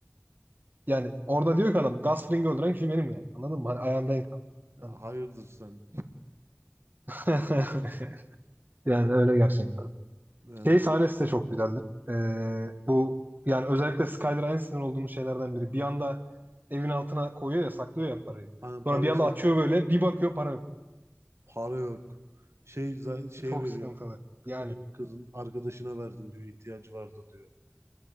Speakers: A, on the right; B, on the right.
A: yani orada diyor ki adam Gus Fring'i öldüren kişi benim yani. Anladın mı? Hani ayağımda en kal. Yani.
B: Hayırdır sen.
A: <laughs> Yani öyle gerçekten.
B: Yani
A: Şey sahnesi de çok güzeldir. Ee, bu yani özellikle Skyler'a en sinir olduğum şeylerden biri. Bir anda evin altına koyuyor ya saklıyor ya parayı.
B: hani paraysa
A: Sonra bir anda açıyor böyle bir bakıyor para yok.
B: para yok. Şey za- şeye
A: Çok
B: veriyor.
A: sıkıntılı. Yani
B: Kızın arkadaşına verdim diyor. ihtiyacı vardı diyor.